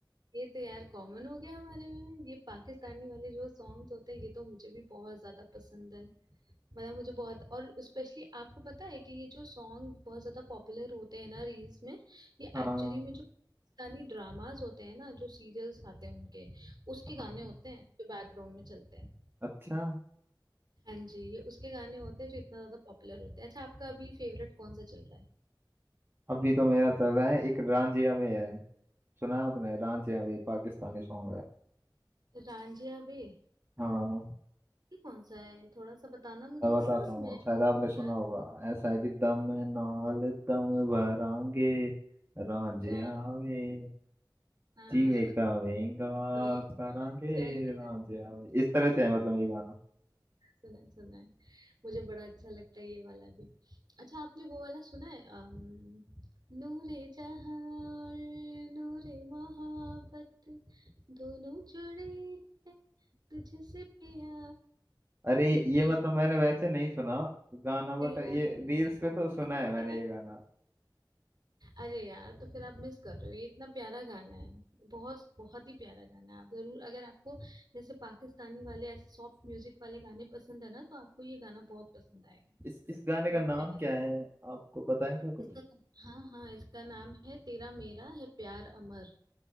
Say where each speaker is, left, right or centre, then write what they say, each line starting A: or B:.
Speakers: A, on the right (about 60°); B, on the right (about 30°).
A: ये तो यार कॉमन हो गया हमारे में ये पाकिस्तानी वाले जो सॉन्ग्स होते हैं ये तो मुझे भी बहुत ज्यादा पसंद है मतलब मुझे बहुत और स्पेशली आपको पता है कि ये जो सॉन्ग बहुत ज्यादा पॉपुलर होते हैं ना रील्स में ये
B: हाँ
A: एक्चुअली
B: हाँ,
A: में जो पाकिस्तानी ड्रामास होते हैं ना जो सीरियल्स आते हैं उनके उसके
B: हाँ।
A: गाने होते हैं जो बैकग्राउंड में चलते हैं
B: अच्छा
A: हाँ जी ये उसके गाने होते हैं जो इतना ज्यादा पॉपुलर होते हैं अच्छा आपका अभी फेवरेट कौन सा चल रहा है
B: अभी तो मेरा चल रहा है एक रांझिया वे है सुना आपने रांझिया वे पाकिस्तानी सॉन्ग है
A: रांझिया वे
B: हाँ
A: ये कौन सा है थोड़ा सा बताना मुझे
B: मैं बताता
A: जरा
B: हूँ
A: मैं
B: शायद आपने सुना
A: याद
B: होगा ऐसा है कि दम नाल दम भरांगे रांझिया
A: जा
B: वे
A: हाँ
B: जीवे का वेंगा
A: तो एक
B: करांगे
A: चैल
B: रांझिया वे इस
A: हाँ
B: तरह से है मतलब ये गाना
A: सुना है सुना है मुझे बड़ा अच्छा लगता है ये वाला भी अच्छा आपने वो वाला सुना है अम, नूरे जहां और नूरे मोहब्बत दोनों जुड़े हैं तुझसे पिया
B: अरे
A: एक
B: ये
A: ये
B: मतलब मैंने वैसे नहीं सुना गाना बट
A: तेरा
B: ये
A: मेरा
B: रील्स पे तो सुना
A: है
B: है मैंने
A: प्यार
B: ये गाना
A: अरे यार तो फिर आप मिस कर रहे हो ये इतना प्यारा गाना है बहुत बहुत ही प्यारा गाना है आप जरूर अगर आपको जैसे पाकिस्तानी वाले ऐसे सॉफ्ट म्यूजिक वाले गाने पसंद है ना तो आपको ये गाना बहुत पसंद आएगा
B: इस इस गाने का
A: बहुत
B: नाम
A: प्यारा
B: क्या
A: है।
B: है आपको पता है क्या
A: इसका
B: कुछ
A: हाँ हाँ इसका नाम है तेरा मेरा है प्यार अमर